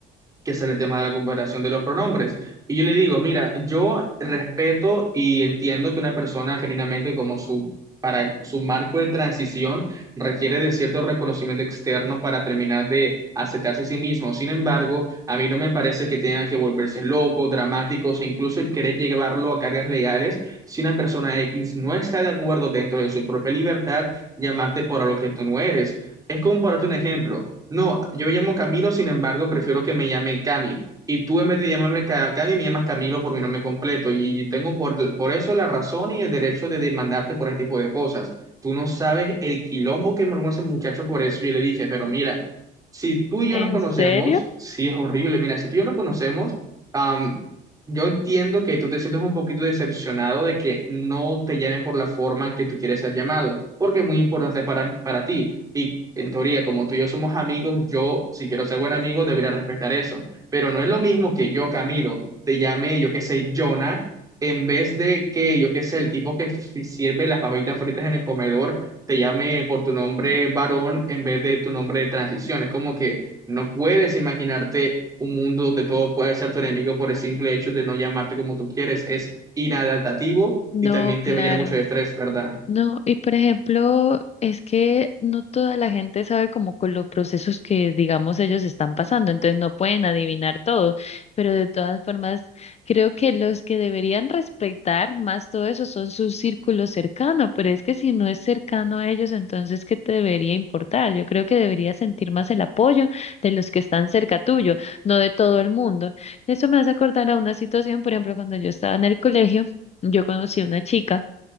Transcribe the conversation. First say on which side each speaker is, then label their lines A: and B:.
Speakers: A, on the right; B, on the left.
A: que sale el tema de la comparación de los pronombres. Y yo le digo, mira, yo respeto y entiendo que una persona genuinamente como su, para su marco de transición requiere de cierto reconocimiento externo para terminar de aceptarse a sí mismo. Sin embargo, a mí no me parece que tenga que volverse loco, dramático, o incluso querer llevarlo a cargas legales si una persona X no está de acuerdo dentro de su propia libertad llamarte por algo que tú no eres. Es como para darte un ejemplo. No, yo me llamo Camilo, sin embargo, prefiero que me llame Cami. Y tú en vez de llamarme Ca- Cami, me llamas Camilo por mi nombre completo. Y y tengo por, por eso la razón y el derecho de demandarte por ese tipo de cosas. Tú no sabes el quilombo que me armó ese muchacho por eso. Y le dije, pero mira, si tú y yo
B: ¿En
A: nos conocemos,
B: serio?
A: sí es horrible. Mira, si tú y yo nos conocemos, am, yo entiendo que tú te sientes un poquito decepcionado de que no te llamen por la forma en que tú quieres ser llamado, porque es muy importante para, para ti. Y en teoría, como tú y yo somos amigos, yo, si quiero ser buen amigo, debería respetar eso. Pero no es lo mismo que yo, Camilo, te llame, yo qué sé, Jonah, en vez de que, yo qué sé, el tipo que si- sirve las papitas fritas en el comedor, te llame por tu nombre varón en vez de tu nombre de transición. Es como que no puedes imaginarte un mundo donde todo puede ser tu enemigo por el simple hecho de no llamarte como tú quieres. Es inadaptativo
B: No,
A: y también te
B: claro.
A: va a llenar mucho de estrés, ¿verdad?
B: No, y por ejemplo, es que no toda la gente sabe como con los procesos que, digamos, ellos están pasando, entonces no pueden adivinar todo, pero de todas formas, creo que los que deberían respetar más todo eso son su círculo cercano, pero es que si no es cercano a ellos, entonces, ¿qué te debería importar? Yo creo que deberías sentir más el apoyo de los que están cerca tuyo, no de todo el mundo. Eso me hace acordar a una situación, por ejemplo, cuando yo estaba en el colegio, yo conocí a una chica.